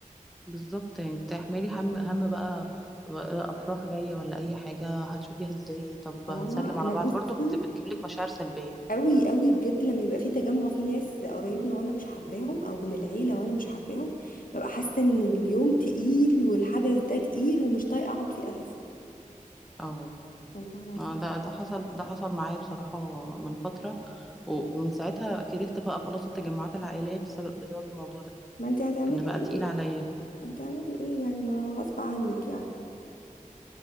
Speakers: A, in the centre; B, on the left (about 85°).
A: بالظبط يعني تحملي هم هم بقى بقى افراح جايه ولا اي حاجه هتشوفيها ازاي طب
B: اه
A: هنسلم على
B: انا
A: بعض
B: بصي
A: برضو بت- بتجيب لك مشاعر سلبيه
B: قوي قوي بجد لما يبقى في تجمع في ناس قرايبنا وانا مش حباهم او من العيله وانا مش حباهم ببقى حاسه ان اليوم تقيل والحدث ده تقيل ومش طايقه اقعد فيه اساسا
A: اه
B: والله العظيم
A: آه، ده
B: بجد.
A: ده حصل ده حصل معايا بصراحه من فتره و- ومن ساعتها كرهت بقى خلاص التجمعات العائليه بسبب بسبب الموضوع ده
B: ما انت هتعملي
A: ان بقى تقيل
B: ايه
A: عليا
B: هتعملي ايه يعني ما غصب عنك يعني